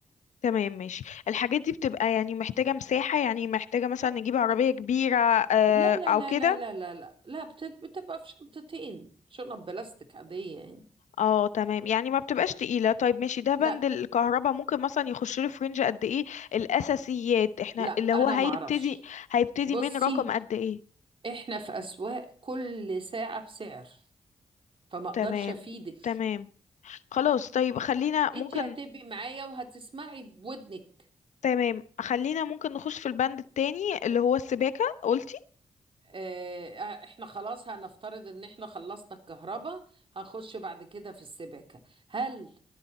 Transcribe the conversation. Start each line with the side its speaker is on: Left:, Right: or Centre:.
Left: تمام ماشي الحاجات دي بتبقى يعني محتاجه مساحه يعني محتاجه مثلا نجيب عربيه كبيره آه
Right: لا لا
Left: او
Right: لا
Left: كده
Right: لا لا لا لا لا بت- بتبقى في شنطتين شنط بلاستيك عادية يعني
Left: اه تمام يعني ما بتبقاش تقيلة طيب ماشي ده بند
Right: لا
Left: الكهرباء ممكن مثلا يخش له في رينج قد ايه الأساسيات احنا
Right: لا أنا
Left: اللي هو هيبتدي
Right: معرفش
Left: هيبتدي
Right: بصي
Left: من رقم قد ايه
Right: إحنا في أسواق كل ساعة بسعر فما أقدرش
Left: تمام
Right: أفيدك
Left: تمام خلاص طيب خلينا
Right: فأنت
Left: ممكن
Right: هتبقي معايا وهتسمعي بودنك
Left: تمام خلينا ممكن نخش في البند التاني اللي هو السباكة قلتي
Right: آه، إحنا خلاص هنفترض إن إحنا خلصنا الكهرباء هنخش بعد كده في السباكة هل